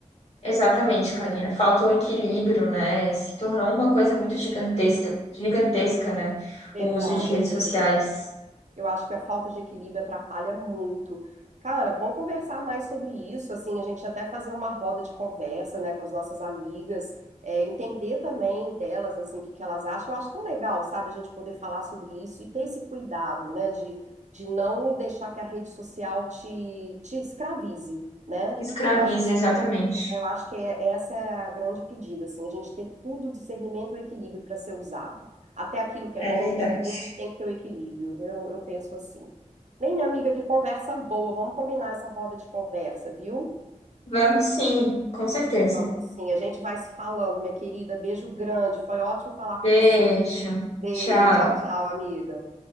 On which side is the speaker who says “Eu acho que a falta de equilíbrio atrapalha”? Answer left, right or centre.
Right